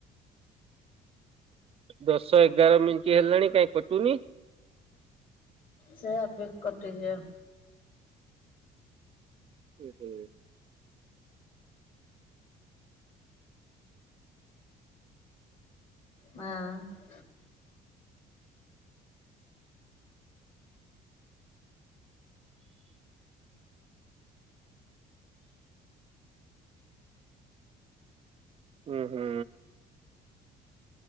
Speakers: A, on the right (about 35°); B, on the left (about 55°).
A: ଦଶ ଏଗାର ମିନିଟ୍ ହେଲାଣି କାଇଁ କଟୁନି
B: ସେ ଏବେ କଟିଯିବ
A: ହୁ ହୁ
B: ହଁ
A: ହୁଁ ହୁଁ